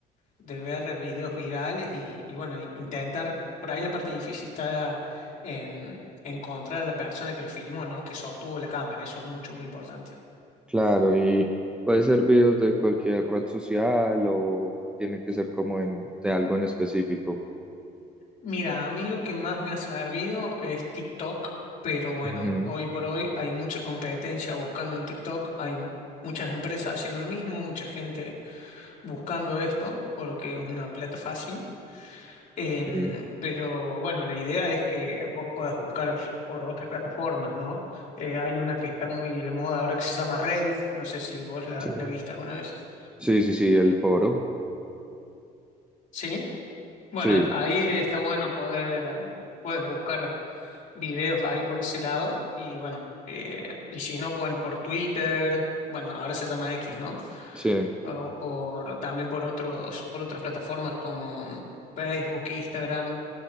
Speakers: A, on the left; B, in the centre.
A: de ver videos virales y, y bueno, i- intentar, por ahí la parte difícil está en encontrar a la persona que lo filmó, ¿no? Que sostuvo la cámara, eso es mucho, muy importante.
B: claro, y puede ser videos de cualquier red social o tiene que ser como en, de algo en específico.
A: Mira, a mí lo que más me ha servido es TikTok, pero bueno,
B: Ujú,
A: hoy por hoy hay mucha competencia buscando en TikTok, hay muchas empresas haciendo lo mismo, mucha gente buscando esto porque es una plata fácil. Em,
B: Sí,
A: pero bueno, la idea es que vos puedas buscar por otras plataformas, ¿no? Eh, hay una que está muy de moda ahora que se llama Reddit, no sé si vos la,
B: sí,
A: la viste alguna vez.
B: sí, sí, sí, el foro,
A: Sí, bueno,
B: sí,
A: ent- ahí está bueno poder, em, puedes buscar. videos ahí por ese lado. Y bueno, eh, y si no, pueden por Twitter, bueno, ahora se llama X, ¿no?
B: sí,
A: O por, también por otros, por otras plataformas como mm, Facebook, Instagram.